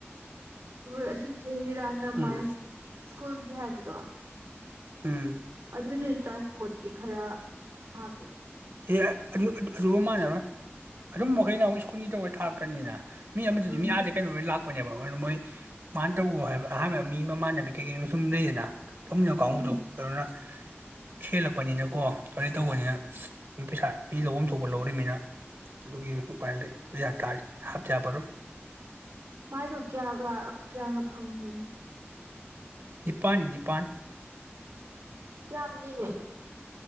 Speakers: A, on the right (about 80°); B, on the right (about 60°).
A: ꯍꯣꯏ ꯑꯁꯤ ꯏꯔꯥ ꯅꯃꯥꯏ
B: ꯎꯝ
A: ꯁ꯭ꯀꯨꯜꯒꯤ ꯍꯥꯏꯕꯗꯣ
B: ꯎꯝ
A: ꯑꯗꯨꯗꯤ ꯇ꯭ꯔꯥꯟꯁꯄꯣꯔꯠꯀꯤ ꯈꯔꯥ ꯍꯥ
B: ꯍ ꯑꯗꯨ ꯑꯗꯨꯒꯥ ꯃꯥꯅꯦꯔꯣꯏ ꯑꯗꯨꯝ ꯃꯈꯩꯅ ꯑꯃꯨꯛ ꯁ꯭ꯀꯨꯜꯒꯤ ꯇꯧꯕꯩ ꯊꯥꯛꯀ꯭ꯔꯅꯤꯅ ꯃꯤ ꯑꯃꯗꯨꯗꯤ
A: ꯎꯝ
B: ꯃꯤ ꯑꯥꯗꯩꯩ ꯀꯩꯅꯣ ꯑꯣꯏꯅꯥ ꯂꯥꯛ ꯄꯄꯅꯦꯕ ꯑꯗꯨꯅ ꯃꯣꯏ ꯃꯥꯅ ꯇꯧꯕ ꯍꯥꯏꯕ ꯑꯍꯥꯟꯕ ꯃꯤ ꯃꯃꯥꯟꯅꯕꯤ ꯀꯩꯀꯩ ꯑꯃ ꯁꯨꯝ ꯂꯩꯗꯅ ꯇꯧꯃꯤꯅꯣ ꯀꯥꯡꯕꯨꯗꯣ
A: ꯎꯝ
B: ꯑꯗꯨꯅ ꯍꯦꯜꯂꯛꯄꯅꯤꯅꯀꯣ ꯀꯔꯤ ꯇꯧꯕꯅꯤꯅ ꯄꯩꯁꯥ ꯃꯤ ꯂꯧꯍꯐꯝ ꯊꯣꯛꯄ ꯂꯧꯔꯤꯕꯅꯤꯅ ꯑꯗꯨꯒꯤ ꯎꯄꯥꯏ ꯄꯩꯁꯥ ꯇ ꯍꯥꯞꯆꯕꯔꯣꯏ
A: ꯃꯣ ꯀꯒ ꯀꯌꯥꯒ ꯐꯪꯉꯝꯒꯅꯤ
B: ꯅꯤꯄꯥꯟ ꯅꯤ ꯅꯤꯄꯥꯟ
A: ꯌꯥꯝꯗꯦꯅꯦ ꯑꯗꯨ